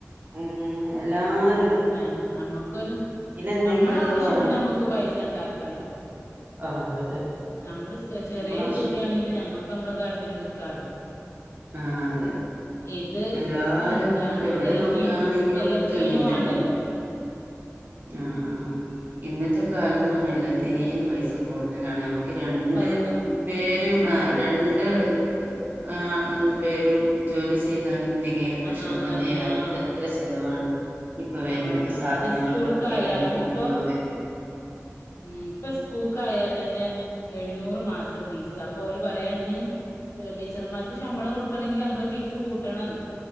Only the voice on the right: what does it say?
ഉം എല്ലാര്
എന്തെങ്കിലുമൊക്കെ
വേണം
ആഹ് അതെ
നമ്മളെ ആവശ്യത്തിന്
ആഹ് അതെ
അപ്പൊ എല്ലാരും
ഇപ്പ എവടെ
നോക്കാണെങ്കിലും
ഒക്കെ ഇങ്ങനെ
തന്നെ ആഹ് ആഹ് ഇന്നത്തെ കാലംന്ന് പറഞ്ഞാൽ എല്ലാത്തേനും
പൈസ കൂടുതലാണ് നമുക്ക് രണ്ട്
പേരും ആ രണ്ട് ആ് എ പേരും ജോലി ചെയ്താലും തികയാത്ത ശമ്പളം
തികയാതെ
ത്ത് എത്ര ചെലവാണ് ഇപ്പൊ വരുന്നത്
സാധനങ്ങൾക്കൊക്കെ
വില കൂടുന്ന
കൊണ്ട്